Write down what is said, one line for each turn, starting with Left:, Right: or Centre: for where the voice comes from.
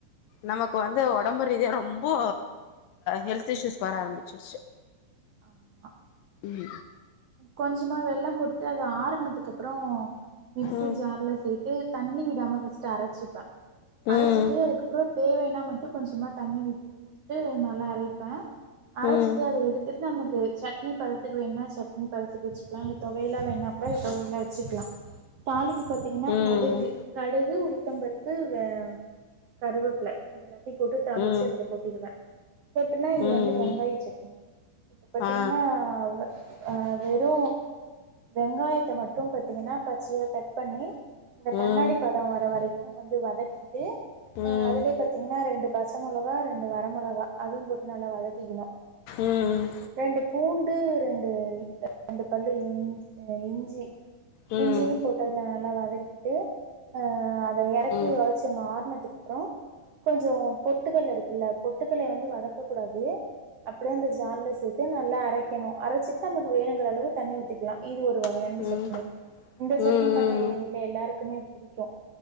Left: நமக்கு வந்து ஒடம்பு ரீதிய ரொம்போ ஹெல்த் இஷயூஸ் வர ஆரம்பிச்சு ஷ்ஷூ
Right: ஆமா
Left: ம்
Right: கொஞ்சமா வெள்ளம் போட்டுட்டு அது ஆரனதுக்கப்பறம் மிக்ஸி
Left: ம்
Right: ஜார்ல சேத் து தண்ணி விடாம ஃபஸ்ட் அரச்சிப்பே அரச்சிட்டு
Left: ம்
Right: அதுக்கப்பறம் தேவன்னா மட்டு கொஞ்சமா தண்ணி விட்டு து நல்லா அரப்பே அரச்சிட்டு
Left: ம்
Right: அத எடுத்துட்டு நமக்கு சட்னி பதத்துக்கு வேணா சட் நீ பதத்துக்கு வச்சுக்கலாம் இல்ல னி பதத்துக்கு வச்சுக்கலா இல்ல தொவையல்லா வேணா கூட இது தொவையல்லா வச்சுக்கலா தாளிப்பு பாத்தீங்கன்னா
Left: ம்
Right: கடுகு கடுகு உளுத்த பருப்பு வே கருவேப்பல இது எல்லாத்தயு போட்டு தாளிச்சு
Left: ம்
Right: அதுல போட்டுடுவே போட்டனா இது
Left: ம்
Right: வந்து வெங்காய சட்னி இப்ப பாத்தீங்கன்னா
Left: ஆ
Right: அ வெறு வெங்காயத்த மட்டும் பாத்தீங்கன்னா பச்சையா கட் பண்ணி இந்த
Left: ஆ
Right: கண்ணாடி
Left: ம்
Right: பத வர வரைக்கு வந்து வதக்கிட்டு
Left: ம்
Right: அ அதுல பாத் பாத்திங்கன்னா ரெண்டு பச்ச முளகா ரெண்டு வர முளகா அதயு போட்டு நல்லா வதக்கிக்கணு
Left: ம் ம்
Right: ரெண்டு பூண்டு ரெண்டு ரெண்டு பல் இஞ் இஞ்சி
Left: ம்
Right: இஞ்சியு
Left: ம்
Right: போட்டதுல நல்லா வதக்கிட்டு அ அத எறக்கி
Left: ம் ம்
Right: வச்சு ஆரணத்துக்கு அப்ரோ கொஞ்சொ பொட்டுகல இருக்குல்ல பொட்டுக்கல வந்து வதக்க கூடாது அப்டியே அந்த ஜார்ல சேத்து நல்லா அரைக்கணு அரச்சிட்டு நமக்கு வேணுங்கிற அளவு தண்ணி ஊத்திக்கலா இது ஒரு வகையான
Left: ம்
Right: சட்னி இந்த
Left: ம்
Right: சட்னி பண்ணா எங்க வீட்ல எல்லாருக்குமே புடிக்கு